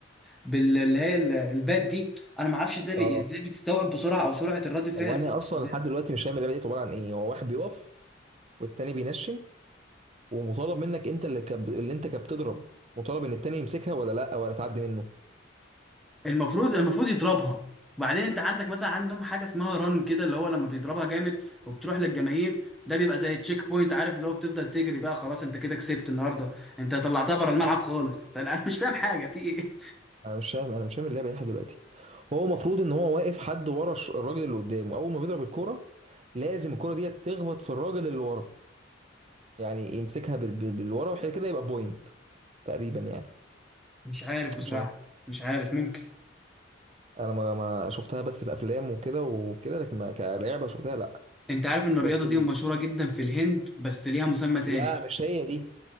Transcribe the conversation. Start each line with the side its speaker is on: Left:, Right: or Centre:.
Centre: بال اللي هي ال- البات دي انا ما اعرفش ازاي بي-
Right: اه
Centre: ازاي بتستوعب بسرعة او سرعة الرد فعل
Right: هو
Centre: ما
Right: انا
Centre: اعرفش
Right: اصلا
Centre: ازاي
Right: لحد دلوقتي مش فاهم اللعبه دي عباره عن ايه هو واحد بيقف والتاني بينشن ومطالب منك انت اللي كب... اللي انت كبتضرب مطالب ان التاني يمسكها ولا لا ولا تعدي منه
Centre: المفروض المفروض يضربها وبعدين انت عندك مثلا عندهم حاجة اسمها رن كده اللي هو لما بيضربها جامد وبتروح للجماهير ده بيبقى زي تشيك بوينت عارف اللي هو بتفضل تجري بقى خلاص انت كده كسبت النهاردة انت طلعتها بره الملعب خالص فانا <laughs> انا مش فاهم حاجة في ايه
Right: انا مش فاهم انا مش فاهم اللعبه دي لحد دلوقتي هو المفروض ان هو واقف حد ورا الش- الراجل اللي قدامه اول ما بيضرب الكوره لازم الكوره دي تخبط في الراجل اللي ورا يعني يمسكها بال... بال... بالورا وحاجه كده يبقى بوينت تقريبا يعني
Centre: مش عارف بصراحة
Right: مش عارف
Centre: مش عارف ممكن
Right: انا ما ما شفتها بس في افلام وكده وكده لكن ما كلعبه شفتها لا
Centre: انت عارف ان الرياضه
Right: بس ال-
Centre: دي مشهوره جدا في الهند بس ليها مسمى تاني
Right: لا
Centre: بقى.
Right: مش هي دي